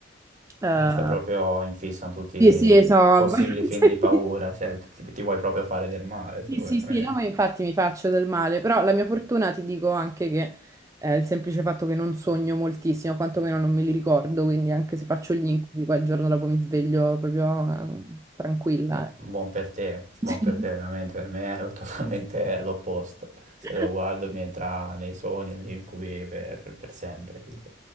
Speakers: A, on the right (about 15°); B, on the right (about 40°).
A: eh,
B: Ah, stai proprio in fissa con tutti i
A: sì, sì, so.
B: possibili film
A: <laughs>
B: di paura, cioè ti, ti vuoi proprio fare del male tu,
A: Sì, sì,
B: veramente.
A: sì, no, ma infatti mi faccio del male, però la mia fortuna ti dico anche che eh, il semplice fatto che non sogno moltissimo, quantomeno non me li ricordo, quindi anche se faccio gli incubi, poi il giorno dopo mi sveglio proprio eh, tranquilla.
B: Buo-
A: eh.
B: buon per te, buon
A: <laughs>
B: per te veramente, per me è <laughs> totalmente l'opposto. Se
A: Sì.
B: lo guardo mi entra nei sogni e negli incubi per, per sempre, tipo.